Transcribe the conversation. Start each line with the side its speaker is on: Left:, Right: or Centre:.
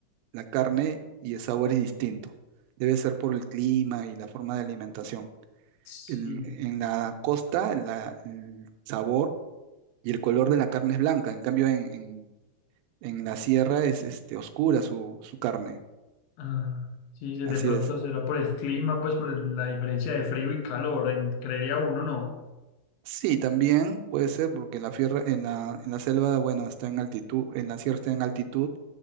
Right: la carne y el sabor es distinto. Debe ser por el clima y la forma de alimentación.
Left: Sí.
Right: En, en la costa, la- el sabor y el color de la carne es blanca, en cambio en, en- en la sierra es este, oscura su, su carne.
Left: Ah, sí, sí,
Right: Así
Left: de pronto
Right: es.
Left: será por el clima, pues por el- la diferencia de frío y calor, en- creería uno, ¿no?
Right: Sí, también puede ser porque en la, fierra, en la, en la selva, bueno, está en altitud, en la sierra está en altitud